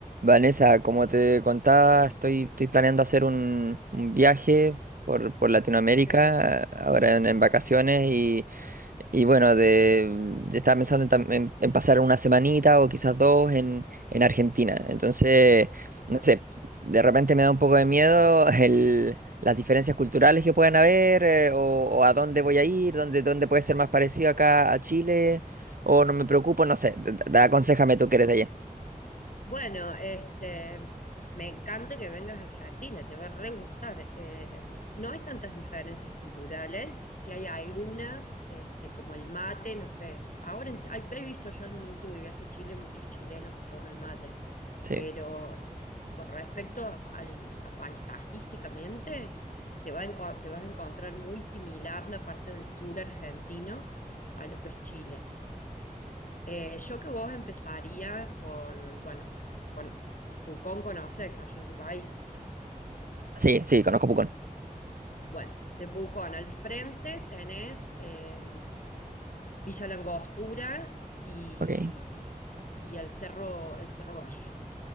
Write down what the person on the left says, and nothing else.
Sí,
buenas.
Bueno, este, me encanta que vengas a Argentina, te va a re gustar. Eh, no hay tantas diferencias culturales, si hay algunas, este, como el mate, no sé. Ahora en- hay- he visto yo en mi último viaje a Chile muchos chilenos que toman mate,
pero con respecto al, a paisajísticamente, te va a enco- te vas a encontrar muy similar la parte del sur argentino a lo que es Chile. Eh, yo que vos empezaría por, bueno, con, Pucón conoces ¿no? allá en tu país.
Bueno, de Pucón al frente tenés eh, Villa Langostura y,
y el Cerro, el Cerro Bayo.